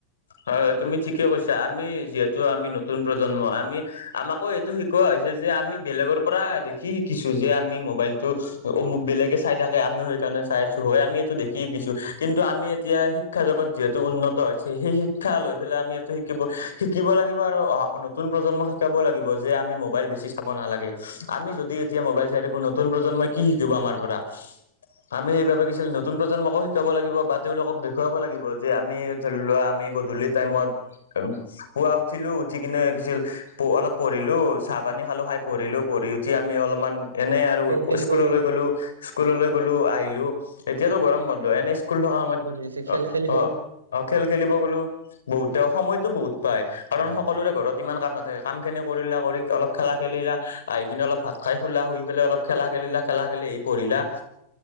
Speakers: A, on the left; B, on the right.
A: হয়, হয়, তুমি ঠিকে কৈছা, আমি যিহেতু আমি নতুন প্ৰজন্ম আমি আমাকো এইটো শিকোৱা হৈছে যে, আমি বেলেগৰ পৰা দেখি শিকিছো যে আমি মোবাইলটো অ মোক বেলেগে চাই থাকে আমিও সেইকাৰণে চাই আছো, হয় আমি দেখি শিকিছো, কিন্তু আমি এতিয়া শিক্ষা জগত টো উন্নত হৈছে, সেই শিক্ষা লৈ পেলাই আমি এইটো শিকিব শিকিব লাগিব আৰু অ নতুন প্ৰজন্মক শিকাব লাগিব যে আমি মোবাইল বেছি চাব নালাগে, আমি যদি এতিয়া মোবাইল চাই থাকো নতুন প্ৰজন্মই কি শিকিব আমাৰ পৰা? আমি সেইবাবে কিছু নতুন প্ৰজন্মকো শিকাব লাগিব বা তেওঁলোকক দেখুৱাব লাগিব। যে আমি ধৰি লোৱা আমি গধূলি টাইমত, পুৱা উঠিলো উঠি কিনে কিছিল অলপ পঢ়িলো চাহ পানী খালো, খাই পঢ়িলো পঢ়ি উঠি আমি অলপমান এনে আৰু
B: খেল খেলিব
A: স্কুললৈ গ'লো স্কুললৈ গ'লো, আহিলো এতিয়াটো গৰম বন্ধ এনে স্কুল থকা সময়ত
B: ঋষি খেল
A: অ
B: খেলি
A: অ অ খেল খেলিব গলো, বহুতে সময়তো বহুত পাই কাৰণ
B: উম।
A: সকলোৰে ঘৰত ইমান কাম নাথা কাম খিনি কৰিলা, কৰি অলপ খেলা খেলিলা, আহি কিনে অলপ ভাত খাই শুলা, শুই পেলাই অলপ খেলা খেলিলা, খেলা খেলি আহি পঢ়িলা।